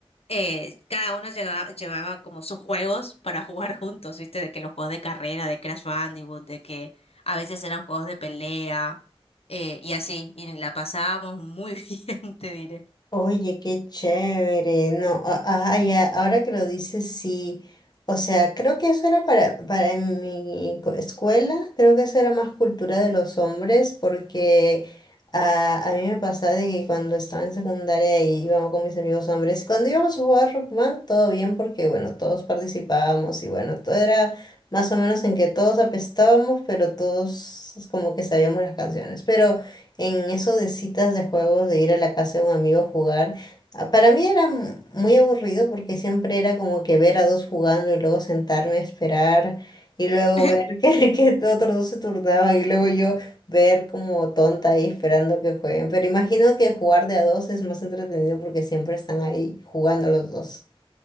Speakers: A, on the left (about 75°); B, on the left (about 40°).
A: eh, cada uno lleva- llevaba como sus juegos para <laughs> jugar juntos, ¿viste? De que los juegos de carrera, de Crash Bandicoot, de que a veces eran juegos de pelea eh, y así, y la pasábamos muy <laughs> bien, te diré.
B: Oye, qué chévere. No, a- ajá, ya, ahora que lo dices, sí. O sea, creo que eso era para, para en mi co- escuela, creo que eso era más cultura de los hombres, porque ah, a mí me pasaba de que cuando estaba en secundaria y íbamos con mis amigos hombres, cuando íbamos a jugar Rockman, todo bien, porque bueno, todos participábamos y bueno, todo era más o menos en que todos apestábamos, pero todos como que sabíamos las canciones. Pero en eso de citas de juegos, de ir a la casa de un amigo a jugar, ah, para mí era m- muy aburrido porque siempre era como que ver a dos jugando y luego sentarme a esperar y luego
A: <laughs>
B: ver <laughs> que, que otros dos se turnaban y luego yo ver como tonta ahí esperando que jueguen. Pero imagino que jugar de a dos es más entretenido porque siempre están ahí jugando los dos.